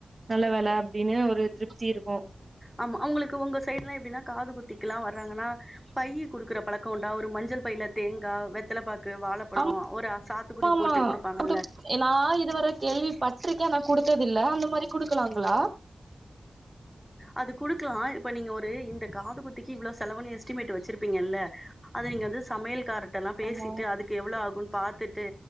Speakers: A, on the right; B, in the centre.
A: நல்ல வேல அப்டின்னு ஒரு திருப்தி இருக்கு
B: ஆமா அவுங்ளுக்கு உங்க சைட்லா எப்டினா காது குத்திக்குலா வர்றாங்கனா பையி குடுக்குற பழக்கோ உண்டா ஒரு மஞ்சள் பைல தேங்கா வெத்தலபாக்கு வாழப்பழோ
A: ஆமா
B: ஒரு சா த்துக்குடி
A: ஆமா
B: போட்டு குடுப்பாங்கல்ல
A: நா இது வர கேள்வி பட்ருக்கே ஆனா குடுத்ததில்ல அந்த மாரி குடுக்கலாங்களா
B: அது குடுக்குலா இப்ப நீங்க ஒரு இந்த காது குத்திக்கு இவ்ளோ செலவுனு எஸ்டிமேட் வெச்சிருப்பீங்கல்ல அது நீங்க வந்து சமையல் காரட்டல்லா பேசிட்டு
A: ஆமா
B: அது க்கு எவ்ளோ ஆகு பாத்துட்டு